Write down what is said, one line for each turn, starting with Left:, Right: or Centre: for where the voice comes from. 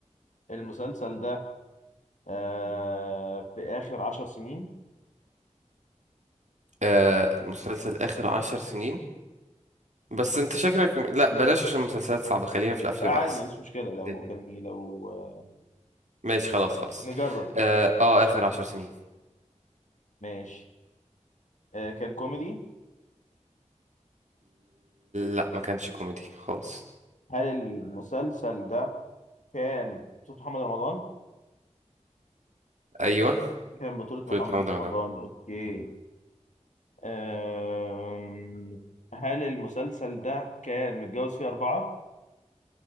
Left: المسلسل ده آه في آخر عشر سنين
Right: آه مسلسل اخر عشر سنين بس انت شكلك لا بلاش عشان مسلسلات صعبة خلينا في الافلام
Left: لا عادي
Right: احسن
Left: يعني مش مشكلة لو
Right: بعدين.
Left: يعني لو آه
Right: ماشي خلاص خلاص
Left: نجرب
Right: اه, آه اخر عشر سنين
Left: ماشي آه كان كوميدي
Right: لا ما كانش كوميدي خالص
Left: هل المسلسل ده كان بطولة محمد رمضان؟
Right: ايوه
Left: كان بطولة
Right: فوت
Left: محمد
Right: محمد رمضان
Left: رمضان أوكي آم، هل المسلسل ده كان متجوز فيه أربعة؟